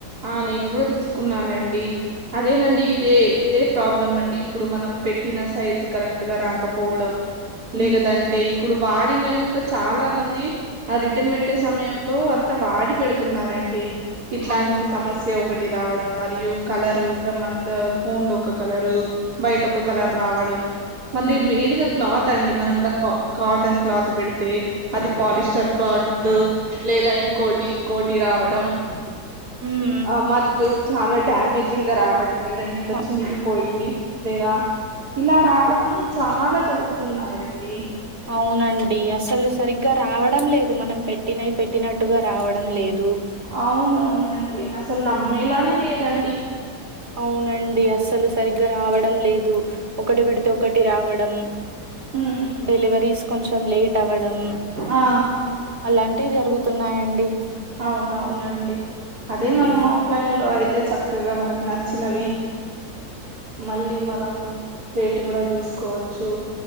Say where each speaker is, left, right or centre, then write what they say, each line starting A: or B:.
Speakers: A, on the right; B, on the right.
A: ఆ నేను కూడా తీసుకున్నానండి అదేనండి ఇదే ఇదే ప్రాబ్లం అండి ఇప్పుడు మనం పెట్టిన సైజు కరెక్ట్ గా రాకపోవడం
B: ఉమ్
A: లేగదంటే ఇప్పుడు వాడినవి కూడా చాలా మంది ఆ రిటర్న్ పెట్టే సమయంలో అంత వాడి పెడుతున్నారండి ఇట్లాంటివి
B: అవును
A: సమస్య ఒకటి రావడం మరియు కలరు మనకు ఫోన్ లో ఒక కలరు బయట ఒక కలర్ రావడం మళ్ళీ
B: ఉమ్
A: మెయిన్ గా క్లాత్ అండి మనం ఇలా కాటన్ క్లాత్ పెడితే అది పాలిస్టర్ క్లాత్ లేదా ఇంకోటి ఇంకోటి రావడం
B: ఉమ్
A: ఆ మరియు చాలా డ్యామేజింగ్ గా రావడం ఏదైనా ఇట్లా
B: అ
A: చినిగి పోయి లేదా ఇలా రావడం చాలా జరుగుతున్నాయండి
B: అవునండి అసలు సరిగ్గా రావడం లేదు మనం పెట్టినై పెట్టినట్టుగా రావడం లేదు
A: అవునవునండి అసలు నమ్మేలానే లేదండి
B: అవునండి అసలు సరిగ్గా రావడం లేదు ఒకటి పెడితే ఒకటి రావడం
A: ఉమ్,
B: డెలివరీస్ కొంచెం లేట్ అవ్వడం
A: ఆ
B: అలాంటివి జరుగుతున్నాయండి
A: అవునవునండి అదే మనం
B: ఉమ్
A: ఆఫ్లైన్ లో అయి తే చక్కగా మనకు నచ్చినవి మళ్ళీ మనము రేటు కూడా చూసుకోవచ్చు